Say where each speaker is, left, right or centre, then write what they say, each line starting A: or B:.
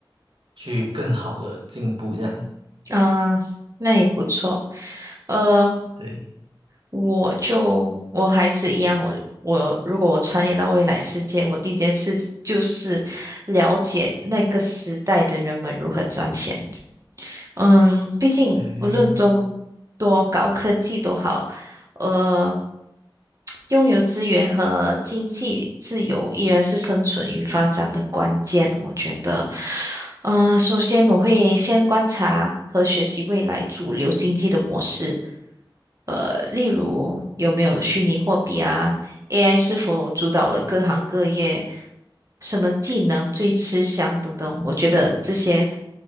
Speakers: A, on the right; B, on the right.
A: 去更好的进步，这样，
B: 啊，那也不错。呃，
A: 对，
B: 我就我还是一样，我我如果我穿越到未来世界，我第一件事就是了解那个时代的人们如何赚钱。嗯，毕竟无论多
A: 嗯，
B: 多高科技都好，呃，拥有资源和经济自由依然是生存与发展的关键，我觉得。嗯、首先我会先观察和学习未来主流经济的模式，呃，例如有没有虚拟货币啊。AI 是否主导了各行各业，什么技能最吃香等等，我觉得这些